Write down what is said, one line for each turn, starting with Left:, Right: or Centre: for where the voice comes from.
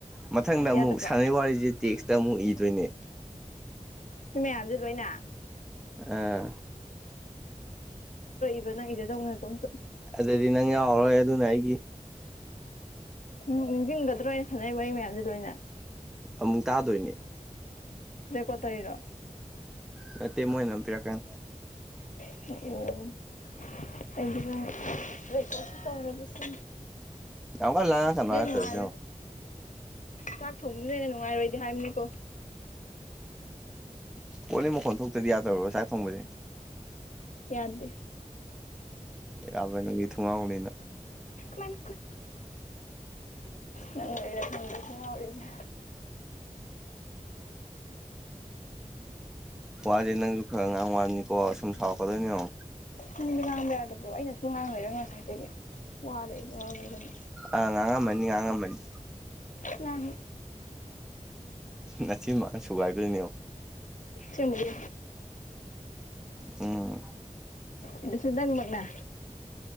Centre: ꯃꯊꯪꯗ ꯑꯃꯨꯛ
Left: ꯌꯥꯗꯕ꯭ꯔꯣ
Centre: ꯁꯥꯟꯅꯩ ꯋꯥꯔꯤꯁꯦ ꯇꯦꯛꯁꯇ ꯑꯃꯨꯛ ꯏꯕ ꯏꯗ‌ꯣꯏꯅꯦ
Left: ꯁꯤ ꯃꯌꯥꯝꯁꯦ ꯂꯣꯏꯅ
Centre: ꯑꯥ
Left: <unintelligible> ꯗꯧꯅ ꯇꯣ
Centre: ꯑꯗꯨꯗꯤ ꯅꯪ ꯌꯥꯎꯔꯣꯏ ꯑꯗꯨꯅ ꯑꯩꯒꯤ
Left: ꯎꯝ ꯅꯤꯡꯁꯤꯡꯒꯗ꯭ꯔꯣ ꯑꯩꯅ ꯁꯥꯟꯅꯩ ꯋꯥꯔꯤ ꯃꯌꯥꯝꯁ‌ꯦ ꯂ‌ꯣꯏꯅ
Centre: ꯑꯃꯨꯛ ꯇꯥꯗꯣꯏꯅꯦ
Left: ꯔ‌ꯦꯀꯣꯔꯠ ꯇꯧꯔꯤꯔꯣ
Centre: ꯅꯠꯇ‌ꯦ ꯃꯣꯏꯅ ꯑꯗꯨꯝ ꯄꯤꯔꯛꯀꯅꯤ
Left: ꯑꯣ ꯑꯩꯗꯤ ꯔ‌ꯦꯀ‌ꯣꯔꯗ ꯁꯨ ꯇꯧꯔꯕꯔꯥ ꯁꯤꯅꯤ
Centre: ꯌꯥꯝ ꯀꯟꯅꯥ ꯂꯥꯉꯛ ꯀꯅꯦ ꯍꯥꯌꯔꯒꯥ
Left: ꯅꯨꯡꯉꯥꯏꯔꯣꯏ
Centre: ꯇꯧꯔꯤꯁꯦ ꯌꯦꯎ
Left: ꯆꯥꯛ ꯊꯣꯡꯕꯁꯨ ꯂꯦꯅ ꯅꯨꯡꯉꯥꯏꯔꯣꯏꯗꯤ ꯍꯥꯏꯕꯅꯤꯀꯣ
Centre: ꯀꯣꯜꯂꯤ ꯃꯈꯣꯟ ꯊꯣꯛꯇꯗꯤ ꯌꯥꯗꯧꯔꯕꯣ ꯆꯥꯛ ꯊꯣꯡꯕꯁꯦ
Left: ꯌꯥꯗꯦ
Centre: ꯌꯥꯕꯥꯅꯦ ꯅꯪꯗꯤ ꯊꯨꯡꯉꯥꯎ ꯅꯤꯅ
Left: ꯃꯥꯏ ꯃꯥꯏ ꯃꯥꯏ
Centre: <unintelligible>
Left: ꯅꯪ ꯂꯩꯔ ꯈꯪꯗ ꯈ ꯉꯥꯎꯔꯤꯁꯦ
Centre: ꯋꯥ ꯖ ꯅꯥꯪꯁꯨ ꯈꯔꯥ ꯈꯔꯥ ꯉꯪꯑꯣ ꯀꯣ ꯁꯨꯝ ꯁꯧꯔꯛ ꯀ ꯑꯣꯏꯅꯤ ꯌꯦꯎ
Left: ꯅꯪꯗꯤ ꯉꯥꯡꯕ ꯌꯥꯗꯕ꯭ꯔꯣ ꯑꯩꯅꯁꯨ ꯉꯥꯡꯉꯣꯏꯔ ꯉꯁꯥꯏꯒꯤ ꯋꯥꯔ ꯑꯩ ꯑꯗꯨꯝ ꯉꯥꯡꯅꯣꯏꯗꯣꯏꯅ
Centre: ꯑ ꯉꯥꯡꯉꯝꯃꯅꯤ ꯉꯥꯡꯉꯝꯃꯅꯤ
Left: ꯌꯥꯅꯤ
Centre: ꯅꯆꯤꯟ ꯃꯥꯅ ꯁꯨꯒꯥꯏꯗꯣꯏꯅꯦ
Left: ꯑꯁꯦꯪꯕꯒꯤ
Centre: ꯎꯝ
Left: ꯑꯗꯨꯁꯨ ꯅꯪ ꯃꯛꯅ